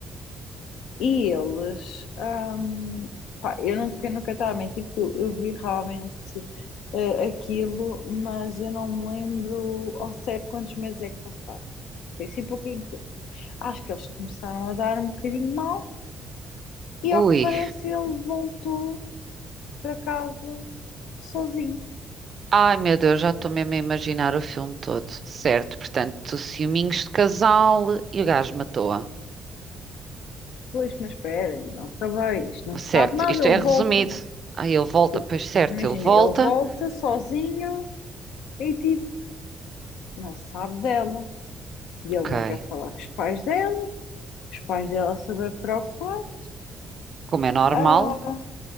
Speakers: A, on the left; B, on the right.
A: e eles, ahm, pá, eu não, eu nunca estava a mentir, porque eu, eu vi realmente eh, aquilo, mas eu não me lembro ao certo quantos meses é que passaram. Foi assim pouquinho tempo. Acho que eles começaram a dar um bocadinho mal. E
B: Ui.
A: ao que parece, ele voltou para casa sozinho.
B: Ai, meu Deus, já estou mesmo a imaginar o filme todo. Certo, portanto, ciúminhos de casal e o gajo matou-a.
A: Pois, mas espera, ainda não acabei. Isto não
B: Certo,
A: se sabe nada.
B: isto
A: Ele
B: é resumido.
A: volta.
B: Aí ele volta,
A: Tipo,
B: pois certo,
A: imagina,
B: ele volta.
A: ele volta sozinho e tipo, não se sabe dela. E ele
B: Ok.
A: não quer falar com os pais dela. Os pais dela super preocupados.
B: Como é normal.
A: Ah,